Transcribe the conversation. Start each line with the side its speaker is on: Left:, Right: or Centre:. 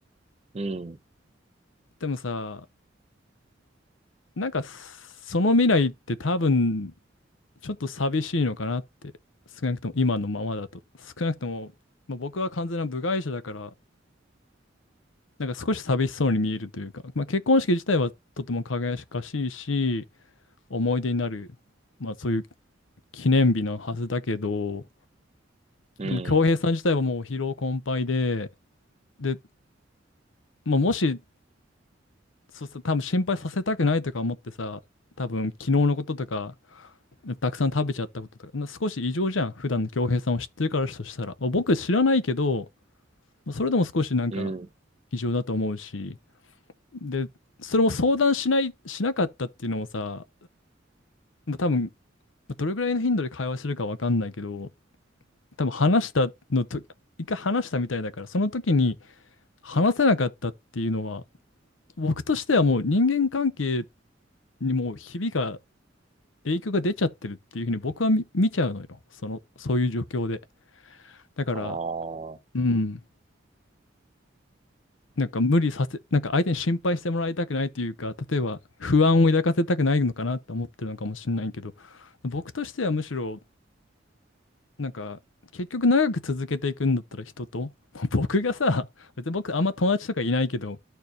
Right: い、うん、
Left: でもさ、なんかその未来って多分ちょっと寂しいのかなって、少なくとも今のままだと。少なくとも、まあ、僕は完全な部外者だから、なんか少し寂しそうに見えるというか、まあ、結婚式自体はとても輝かしいし、思い出になる、まあ、そういう記念日のはずだけど、
Right: うん、
Left: でも恭平さん自体はもう疲労困憊で、で、まあ、もし、そうさ多分心配させたくないとか思ってさ、多分昨日のこととか、たくさん食べちゃったこととか、な少し異常じゃん、普段の恭平さんを知ってるからとしたら。まあ僕知らないけど、それでも少しなんか
Right: うん。
Left: 異常だと思うし、で、それも相談しない、しなかったっていうのもさ、まあ多分、まあどれぐらいの頻度で会話してるかわかんないけど、多分話したのと、一回話したみたいだから、その時に話せなかったっていうのは、僕としてはもう人間関係にもうひびが、影響が出ちゃってるっていうふうに僕は見、見ちゃうのよ。その、そういう状況で。だから、
Right: ああ、
Left: うん。なんか無理させ、なんか相手に心配してもらいたくないというか、例えば不安を抱かせたくないのかなと思ってるのかもしれないけど、僕としてはむしろ、なんか結局長く続けていくんだったら人と、<laughs> 僕がさ、別に僕あんま友達とかいないけど、